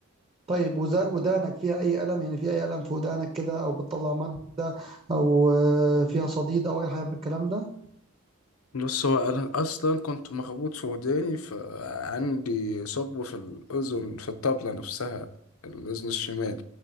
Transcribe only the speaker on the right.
طيب وذا- ودانك فيها أي ألم يعني في أي ألم في ودانك كده أو بتطلع مادة أو آه، فيها صديد أو أي حاجة من الكلام ده